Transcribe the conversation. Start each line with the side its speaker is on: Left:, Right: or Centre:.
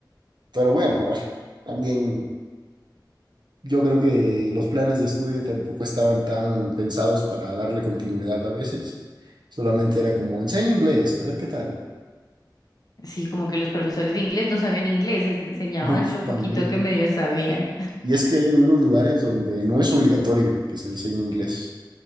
Right: Pero bueno, a ver, también yo creo que los planes de estudio tampoco estaban tan pensados para darle continuidad a veces. Solamente era como, enseña inglés, a ver qué tal.
Left: Sí, como que los profesores de inglés no sabían inglés, les enseñaban
Right: <laughs>
Left: lo poquito
Right: También.
Left: que medio sabían.
Right: Y es que hay algunos lugares donde no es obligatorio que se enseñe inglés.